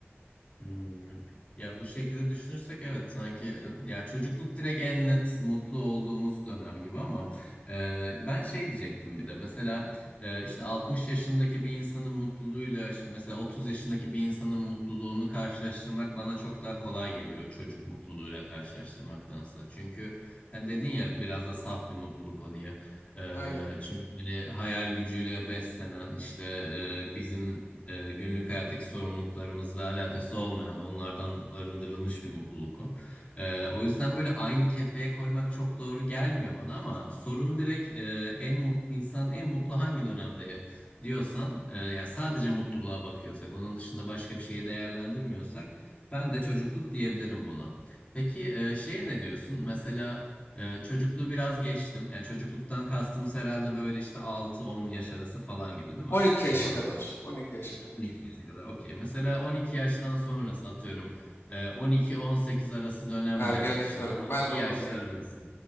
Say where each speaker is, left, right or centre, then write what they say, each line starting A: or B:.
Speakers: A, on the left (about 30°); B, on the left (about 60°).
A: Hmm. Ya bu şekilde düşünürsek evet sanki e, ya çocukluk direkt en net mutlu olduğumuz dönem gibi ama e, ben şey diyecektim bir de mesela e, işte 60 yaşındaki bir insanın mutluluğuyla işte mesela 30 yaşındaki bir insanın mutluluğunu karşılaştırmak bana çok daha kolay geliyor çocuk mutluluğuyla karşılaştırmaktansa. Çünkü hani dedin ya biraz da saf bir mutluluk o diye. E,
B: Aynen.
A: çünkü hani hayal gücüyle beslenen işte e, bizim e, günlük hayattaki sorumluluklarımızla alakası olmayan, onlardan arındırılmış bir mutluluk o. E, o yüzden böyle aynı kefeye koymak çok doğru gelmiyor bana ama sorun direkt e, en mut, insanın en mutlu hangi dönemde diyorsan, e, ya sadece mutluluğa bakıyorsak, onun dışında başka bir şeyi değerlendirmiyorsak, ben de çocukluk diyebilirim buna. Peki e, şeye ne diyorsun? Mesela ee, çocukluğu biraz geçtim. Yani çocukluktan kastımız herhalde böyle işte altı-on yaş arası falan gibi değil
B: 12
A: mi?
B: yaşa
A: Doğru.
B: kadar. 12 yaşa kadar.
A: 12 yaşa kadar okey. Mesela 12 yaştan sonrası atıyorum e, 12-18 arası dönemle
B: Ergenlik
A: işte
B: dönemi.
A: 20
B: Ben de onu
A: yaşlar
B: diyeyim.
A: arası.